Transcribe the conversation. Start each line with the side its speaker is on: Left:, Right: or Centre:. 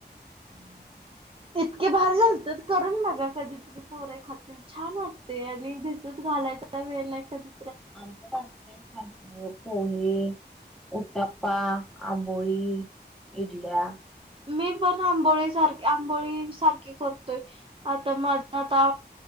Centre: <inaudible>
Right: इतके भारी झालते करून बघा कधी त पोरय खात्यात छान वाटतंय आणि भिजत घालायचा वेळ नाही कधी
Centre: आमच्यात असतयं सारखं पोहे उत्तप्पा, आंबोळी, इडल्या
Right: मी पण आंबोळी सारख्या, आंबोळी सारखी करतोय आता माझं आता